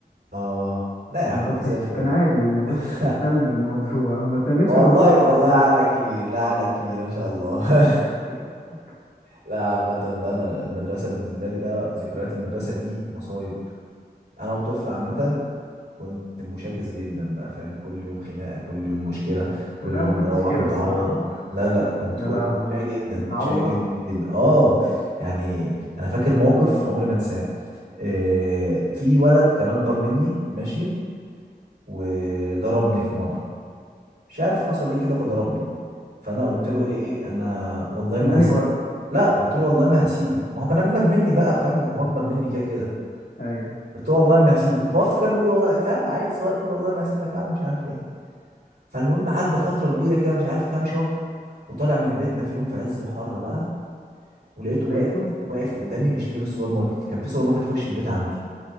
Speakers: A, on the right (about 85°); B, on the left (about 85°).
A: اه لا يا عم
B: ما كنتش
A: انت زي الفل
B: كان عادي ما
A: <laughs>
B: كنتش مهتم بالموضوع <laughs> ما اهتمتش
A: والله
B: بالموضوع غير
A: والله
B: في الاواخر
A: عقلك كبير لا عقلك كبير ما شاء الله <laughs>
B: <laughs>
A: لا عامة بقى أنا المدرسة بالنسبة لي بقى ذكريات المدرسة دي مصايب أنا وطفل عامة
B: لا آه،
A: كنت مشاكس جدا بقى فاهم كل يوم خناقة كل يوم مشكلة كل
B: لا،
A: يوم
B: ما كنتش
A: مروح
B: كده
A: متعور
B: الصراحة
A: لا لا كنت
B: يا
A: كنت
B: لهوي
A: شقي جدا
B: متعور
A: كنت شقي جدا جدا اه يعني أنا فاكر موقف عمري ما أنساه آه، في ولد كان اكبر مني ماشي وضربني في مره مش عارف حصل ايه كده فضربني فانا قلت
B: تمام
A: له ايه انا والله
B: استناني
A: ما هسيبك
B: بره
A: لا قلت له والله ما هسيبك ما هو كان اجمد مني بقى فاهم هو اكبر مني كده كده
B: ايوه
A: قلت له والله ما هسيبك فهو افتكرني بقول والله فاهم عيل صغير بقول والله ما هسيبك يا عم مش عارف ايه فالمهم عدى فتره كبيره كده مش عارف كام شهر وطالع من بيتنا في يوم في عز الحر بقى ولقيته
B: لقيته
A: واقف واقف قدامي بيشتري من السوبر ماركت كان في سوبر ماركت في وش البيت عندي